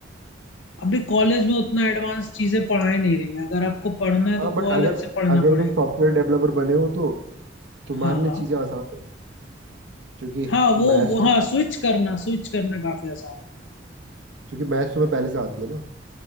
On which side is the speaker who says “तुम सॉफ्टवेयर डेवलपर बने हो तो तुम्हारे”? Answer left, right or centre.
Right